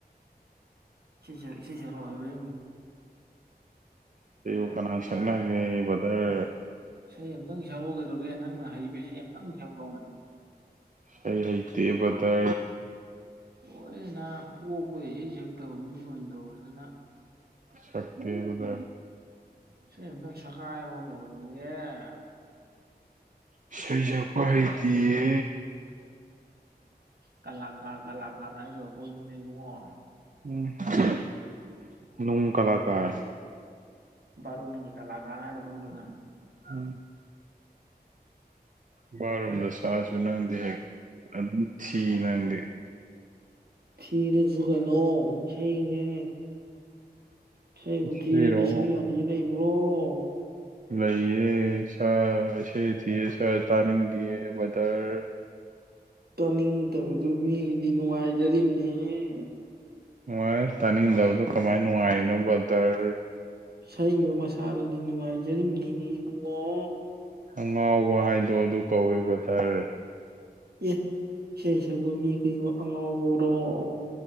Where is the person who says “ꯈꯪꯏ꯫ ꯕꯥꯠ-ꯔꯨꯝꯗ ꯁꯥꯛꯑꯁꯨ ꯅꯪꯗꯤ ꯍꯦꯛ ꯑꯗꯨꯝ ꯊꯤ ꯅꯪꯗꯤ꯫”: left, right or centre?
Right